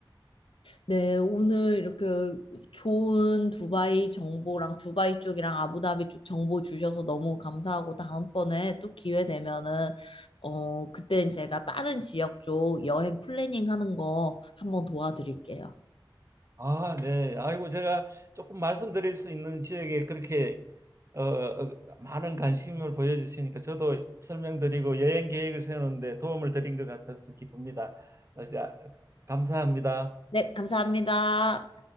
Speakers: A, on the left; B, on the right.
A: 네, 오늘 이렇게 좋은 두바이 정보랑 두바이 쪽이랑 아부다비 쪽 정보 주셔서 너무 감사하고 다음번에 또 기회 되면은 어, 그땐 제가 다른 지역 쪽 여행 플래닝 하는 거 한번 도와드릴게요.
B: 아, 네. 아이고 제가 조금 말씀드릴 수 있는 지역에 그렇게 어, 어, 많은 관심을 보여주시니까 저도 설명드리고 여행 계획을 세우는데 도움을 드린 것 같아서 기쁩니다. 어, 자, 감사합니다.
A: 네, 감사합니다.